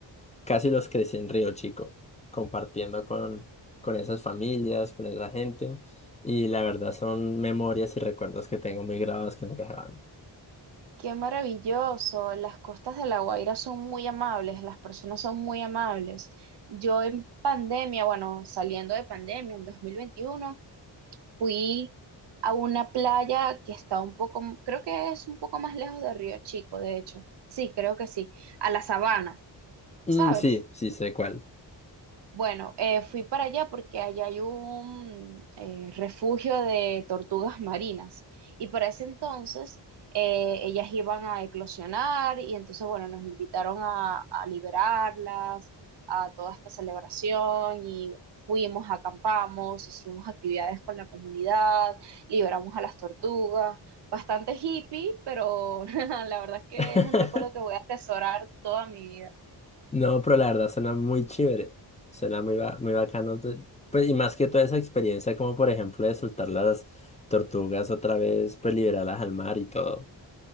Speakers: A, on the left (about 15°); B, on the right (about 65°).
A: casi los crecí en Río Chico, compartiendo con, con esas familias, con esa gente. Y la verdad son memorias y recuerdos que tengo muy grabados que nunca se van.
B: qué maravilloso. Las costas de La Guaira son muy amables, las personas son muy amables. Yo en pandemia, bueno, saliendo de pandemia en 2021, fui a una playa que está un poco, creo que es un poco más lejos de Río Chico, de hecho. Sí, creo que sí, a la Sabana,
A: Mm,
B: ¿sabes?
A: sí, sí sé cuál.
B: Bueno, eh, fui para allá porque allá hay un eh, refugio de tortugas marinas y para ese entonces eh, ellas iban a eclosionar y entonces, bueno, nos invitaron a, a liberarlas, a toda esta celebración y fuimos, acampamos, hicimos actividades con la comunidad, liberamos a las tortugas, bastante hippie, pero <laughs> la verdad es que
A: <laughs>
B: es un recuerdo que voy a atesorar toda mi vida.
A: No, pero la verdad suena muy chévere. Suena muy, ba- muy bacano. te- Pues, y más que toda esa experiencia, como por ejemplo de soltar las tortugas otra vez, pues liberarlas al mar y todo.